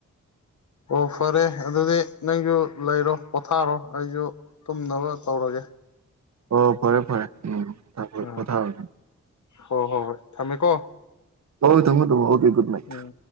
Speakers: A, on the left (about 65°); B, on the right (about 60°).
A: ꯑꯣ ꯐꯔꯦ ꯑꯗꯨꯗꯤ ꯅꯪꯁꯨ ꯂꯩꯔꯣ ꯄꯣꯊꯥꯔꯣ ꯑꯩꯁꯨ ꯇꯨꯝꯅꯕ ꯇꯧꯔꯒꯦ
B: ꯑꯣ ꯐꯔꯦ ꯐꯔꯦ ꯎꯝ
A: ꯎ
B: ꯄꯣꯊꯥꯔꯣ
A: ꯍꯣ ꯍꯣ ꯍꯣ ꯊꯝꯃꯦꯀꯣ
B: ꯍꯣ ꯊꯃꯣ ꯊꯃꯣ ꯑꯣꯀꯦ ꯒꯨꯠꯅꯥꯏꯠ
A: ꯎꯝ